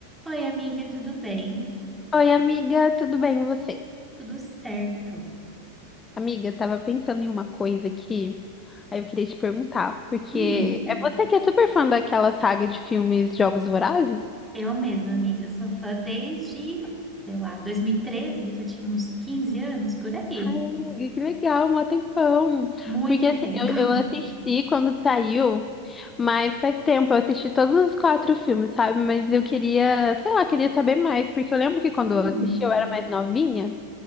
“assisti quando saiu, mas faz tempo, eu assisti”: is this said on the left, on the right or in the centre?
Left